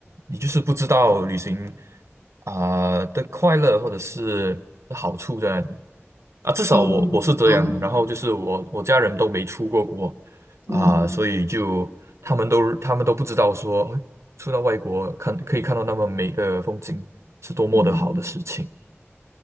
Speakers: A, on the right (about 85°); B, on the left (about 65°).
A: 你就是不知道旅行。啊、的快乐或者是好处在哪里啊？至少我我是这样，
B: 嗯，啊，
A: 然后就是我我家人都没出过国
B: 嗯
A: 啊、所以就他们都他们都不知道说，哎出到外国看可以看到那么美的风景是多么的好的事情，
B: 嗯。